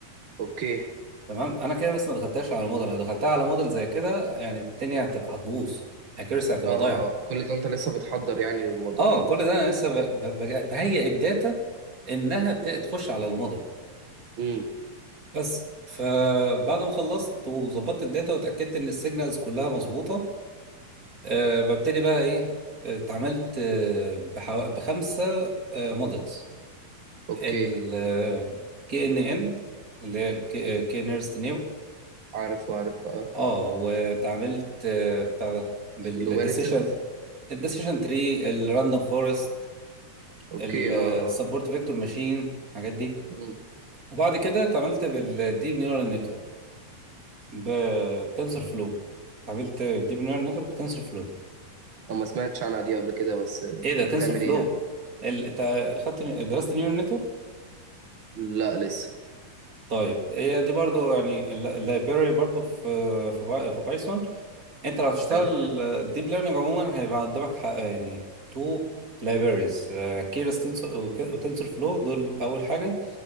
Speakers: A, on the right; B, on the right.
A: اوكي اه
B: تمام انا كده بس ما دخلتهاش على موديل لو دخلتها على موديل زي كده يعني الدنيا هتبقى هتبوظ اكيرسي هتبقى
A: اه
B: ضايعه
A: آه. كل ده انت لسه بتحضر يعني للموديل
B: اه
A: اه
B: كل ده انا لسه ب- ب- بج- بهيئ الداتا انها ت- تخش على الموديل
A: امم
B: بس فبعد ما خلصت وظبطت الداتا واتاكدت ان السيجنالز كلها مظبوطه أه ببتدي بقى ايه آه، اتعاملت آه، بحو... بخمسه موديلز
A: اوكي
B: ال كي ان ان اللي هي كي نيرست
A: عارف عارف اه
B: اه واتعاملت آه، بتاع ده بالديسيشن
A: agglomerative
B: الديسيشن تري الراندوم فورست
A: اوكي
B: السبورت
A: اه اه
B: فيكتور ماشين الحاجات دي
A: امم
B: وبعد كده اتعاملت بالديب نيورال نتورك بتنسر فلو اتعاملت ديب نيورال نتورك بتنسر فلو
A: أنا ما سمعتش عنها دي قبل كده بس آه،
B: ايه ده تنسر
A: بتعمل
B: فلو
A: ايه يعني؟
B: ال... انت خدت درست نيورال نتورك
A: لا لسه
B: طيب هي دي برضو يعني اللايبراري برضو في في باي- في بايثون انت لو هتشتغل
A: حلو
B: الديب ليرنينج عموما هيبقى قدامك حق يعني تو لايبريز كيرس تنسور وتنسور فلو دول اول حاجه